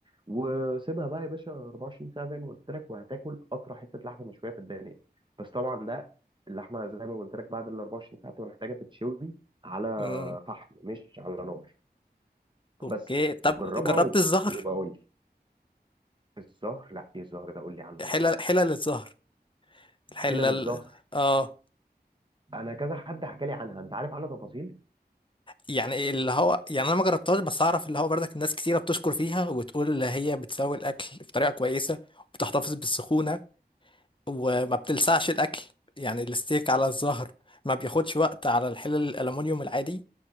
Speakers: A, on the right; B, on the left.
A: وسيبها بقى يا باشا 24 ساعه زي ما قلت لك وهتاكل اطرى حته لحمه مشويه في الدنيا بس طبعا ده اللحمه زي ما قلت لك بعد ال 24 ساعه تبقى محتاجه تتشوي على
B: امم
A: فحم مش على نار
B: اوكي
A: بس
B: طب
A: جربها
B: جربت
A: وب-
B: الزهر
A: وبقول لي الزهر لا ايه الزهر ده قول لي عنه
B: حلل
A: ما اعرفوش
B: حلل الزهر الحلل
A: حلل الزهر
B: اه
A: انا كذا حد حكى لي عنها انت عارف عنها تفاصيل
B: يعني إيه اللي هو يعني انا ما جربتهاش بس اعرف اللي هو برضك الناس كتيره بتشكر فيها وتقول اللي هي بتساوي الاكل بطريقه كويسه وبتحتفظ بالسخونه وما بتلسعش الاكل يعني الستيك على الظهر ما بياخدش وقت على الحلل الالومنيوم العادي